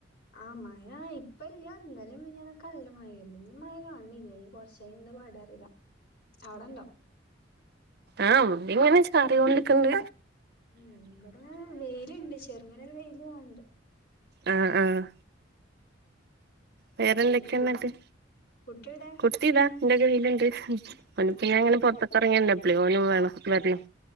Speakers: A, on the left (about 55°); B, on the right (about 55°).
A: ആ മഴ ഇപ്പല്ലാന്ന് ഇന്നലെ മിനിഞ്ഞാന്നുംനല്ല മഴായിരുന്നു ഇന്ന് മഴ കാണില്ല കൊറച്ച് കഴിഞ്ഞ എന്താ പാടാറില്ല അവിടെണ്ടോ
B: ഇവടെ ഇങ്ങനെ ചാരികൊണ്ടിരിക്കുണ്ട്
A: ഉം ഇവിടെ വെയിലുണ്ട് ചെറുങ്ങനരു വെയില് വണ്ട്
B: ആഹ് ആഹ് വേറെന്തൊക്കെയ
A: പിന്നെ
B: എന്നിട്ട്
A: കുട്ടി കുട്ടിയെവിടെ
B: കുട്ടി താ എന്റെ കൈയിൽ ഉണ്ട് ഓന് ഇപ്പൊ
A: ആഹ്
B: ഞാൻ പുറത്തൊക്കെ ഇറങ്ങിയ ണ്ടപ്പം ഓനും വേണം വര